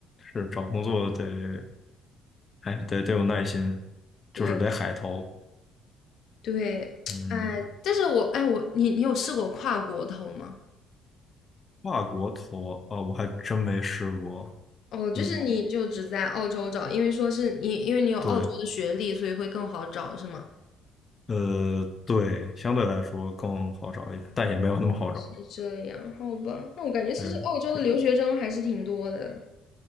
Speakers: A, on the left; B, on the left.
A: 是找工作得还得得有耐心，
B: 对
A: 就是得海投。
B: 对，
A: 嗯，
B: <tsk> 哎，但是我哎我你你有试过跨国投吗？
A: 跨国投啊，我还真没试过。
B: 哦，就是你就只在澳洲找，
A: 你
B: 因为说是你因为你有澳洲的学历，
A: 对。
B: 所以会更好找是吗？
A: 呃，对，相对来说更好找一点，但也没有那么好找。
B: 是这样，好吧，那我感觉其实澳洲的留学生还是挺多的。
A: 对，是